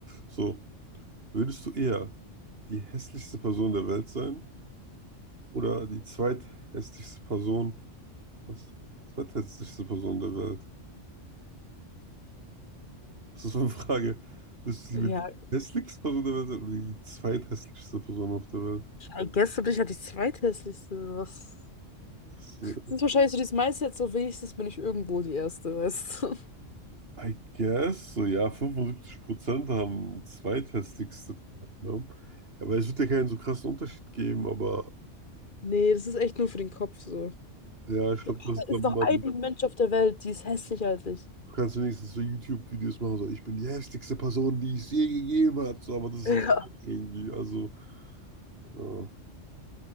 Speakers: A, on the right; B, on the left.
A: So, würdest du eher die hässlichste Person der Welt sein oder die zweithässlichste Person, was? Zweithässlichste Person der Welt? Was ist meine Frage? Bist du
B: Ja,
A: lieber die hässlichste Person der Welt oder die zweithässlichste Person auf der Welt?
B: I guess du bist ja die zweithässlichste. Was?
A: Das, äh,
B: Das ist wahrscheinlich so dieses Mindset, so wenigstens bin ich irgendwo die Erste, weißt du?
A: I guess, so ja, 75% haben zweithässlichste Person. Ne? Ja, weil es wird ja keinen so krassen Unterschied geben, aber
B: Nee, das ist echt nur für den Kopf so.
A: ja, ich glaube,
B: So, ah,
A: das
B: da
A: ist
B: ist
A: dann man.
B: noch ein Mensch auf der Welt, die ist hässlicher als ich.
A: Du kannst wenigstens so YouTube-Videos machen, so ich bin die hässlichste Person, die es je gegeben hat, so, aber das ist
B: Ja,
A: so traurig irgendwie. Also, äh,